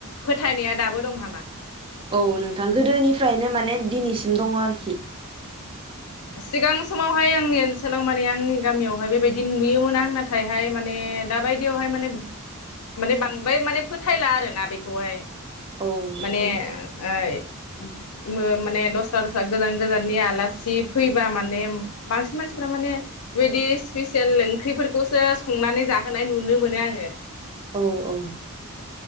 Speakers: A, on the left; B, on the right.
A: फोथायनाया दाबो दं नामा?
B: औ नोंथां गोदोनिफ्रायनो माने दिनैसिम दङ आरोखि।
A: सिगां समावहाय आंनि ओनसोलाव माने आंनि गामियावहाय बेबायदि नुयोमोन आं नाथायहाय माने दााबायदियावहाय माने माने बांद्राय माने फोथायला आरोना बेखौहाय।
B: औ
A: माने
B: नोंथां
A: ओय <unintelligible> माने दस्रा दस्रा गोजान गोजाननि आलासि फैबा माने बांसिन मानसिफ्रा माने बेबायदि स्पेसियेल ओंख्रिफोरखौसो संनानै जाहोनाय नुनो मोनो आङो।
B: औ औ <unintelligible>